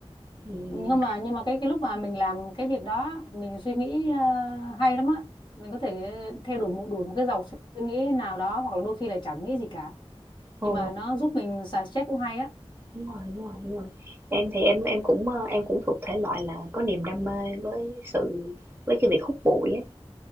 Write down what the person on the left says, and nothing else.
nhưng mà nhưng mà cái cái lúc mà mình làm cái việc đó mình suy nghĩ ờ, hay lắm á mình có thể theo đuổi một đuổi một cái dòng suy nghĩ nào đó hoặc là đôi khi là chẳng nghĩ gì cả
nhưng mà nó giúp mình xả stress cũng hay á